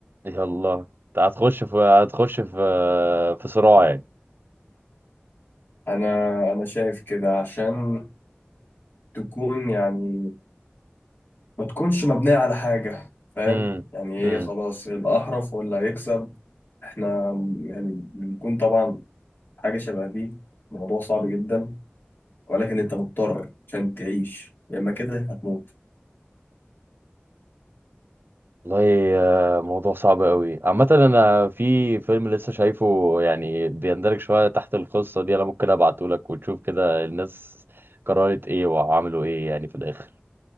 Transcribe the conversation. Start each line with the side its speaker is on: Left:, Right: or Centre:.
Right: يلا انت هتخش في هتخش في آه، في صراع يعني
Left: انا انا شايف كده عشان تكون يعني ما تكونش مبنية على حاجة فاهم
Right: امم
Left: يعني
Right: امم.
Left: هي خلاص الأحرف ولا هيكسب احنا يعني بنكون طبعا حاجة شبه دي موضوع صعب جدا ولكن انت مضطر عشان تعيش يا اما كده هتموت
Right: والله آه، موضوع صعب قوي عامة انا في فيلم لسه شايفه يعني بيندرج شوية تحت القصة دي انا ممكن ابعته لك وتشوف كده الناس قررت ايه وعملوا ايه يعني في الاخر